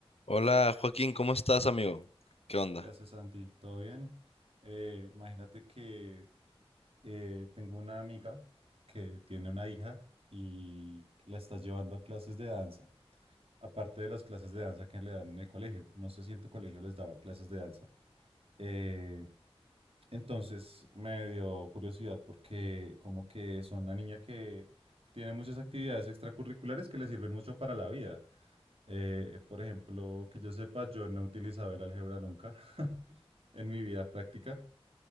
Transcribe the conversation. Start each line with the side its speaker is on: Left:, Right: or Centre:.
Left: Hola Joaquín, ¿cómo estás, amigo? ¿Qué onda?
Right: ¿Qué haces, Santi? ¿Todo bien? Eh, imagínate que eh, tengo una amiga que tiene una hija y la estás llevando a clases de danza, aparte de las clases de danza que le dan en el colegio. No sé si en tu colegio les daban clases de danza. Eh, entonces me dio curiosidad porque como que son una niña que tiene muchas actividades extracurriculares que le sirven mucho para la vida. Eh, por ejemplo, que yo sepa, yo no he utilizado el álgebra nunca <laughs> en mi vida práctica.